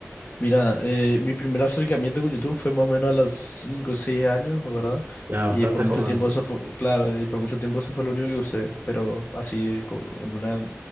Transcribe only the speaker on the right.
Ya
bastante
joven,
sí.